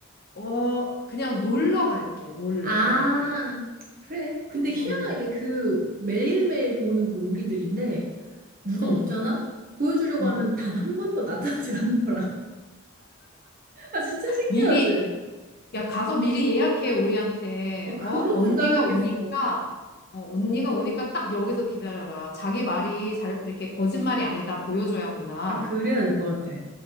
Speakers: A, on the left; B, on the right.
A: 어 그냥 놀러 갈게. 놀러
B: 아,
A: 너한테.
B: 그래. 근데 희한하게
A: 놀러.
B: 그 매일매일 보는 그 오리들인데 누가
A: 응.
B: 오잖아? 보여주려고
A: 응.
B: 하면 단 한 번도 나타나질 않더라. <laughs> 아, 진짜 신기하지?
A: 미리 야 가서 미리 예약해 우리한테.
B: 어, 그러든가
A: 어? 언니가
B: 해야겠어.
A: 오니까 어 언니가 오니까 딱 여기서 기다려라. 자기 말이 잘 이렇게 거짓말이 아니다 보여줘야 한다.
B: 아, 그래야 될 것 같아.